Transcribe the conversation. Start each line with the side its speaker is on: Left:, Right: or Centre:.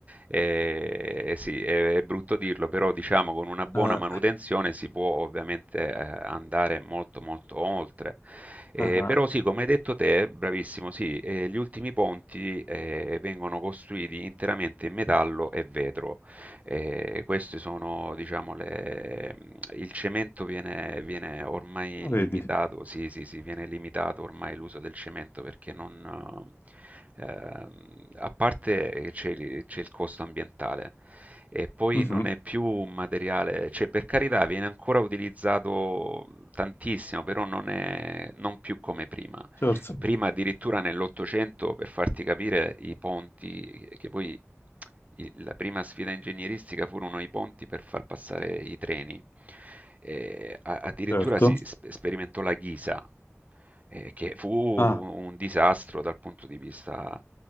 Right: Eh, sì, è, è brutto dirlo, però diciamo con una buona
Left: Ah,
Right: manutenzione si può ovviamente eh, andare molto molto oltre. Eh,
Left: ah,
Right: però sì, come hai detto te, bravissimo, sì, eh, gli ultimi ponti eh, vengono costruiti interamente in metallo e vetro. Ehm, questi sono diciamo le mhmm, il cemento viene viene ormai
Left: Vedi,
Right: limitato sì, sì, sì, viene limitato ormai l'uso del cemento perché non ehm, a parte che c'è il c'è il costo ambientale e poi
Left: Mhm,
Right: non è più un materiale cioè per carità viene ancora utilizzato tantissimo, però non è non più come prima.
Left: Certo,
Right: Prima addirittura nell'Ottocento, per farti capire, i ponti, che poi i- la prima sfida ingegneristica furono i ponti per far passare i treni. Eh, a- addirittura
Left: certo.
Right: si sp- sperimentò la ghisa, eh, che fu un
Left: Ah,
Right: disastro dal punto di vista,